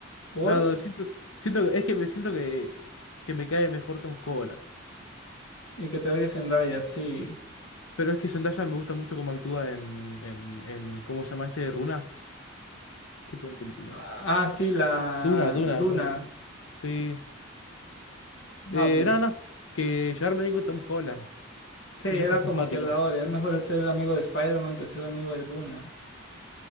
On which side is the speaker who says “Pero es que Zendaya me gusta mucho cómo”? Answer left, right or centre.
Left